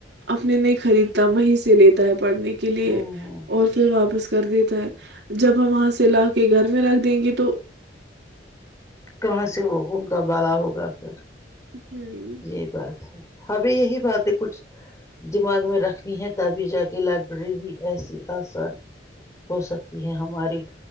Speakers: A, on the right (about 65°); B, on the left (about 20°).
A: اپنے نہیں خریدتا وہیں سے لیتا ہے پڑھنے کے لیے
B: ہ
A: اور پھر واپس کر دیتا ہے جب ہم وہاں سے لا کے گھر میں رکھ دیں گے تو
B: کہاں سے وہ ان کا بالا ہوگا پھر
A: ہوں،
B: یہی بات ہے ہمیں یہی باتیں کچھ دماغ میں رکھنی ہے تبھی جا کے لائبریری بھی ایسی آسان ہو سکتی ہے ہمارے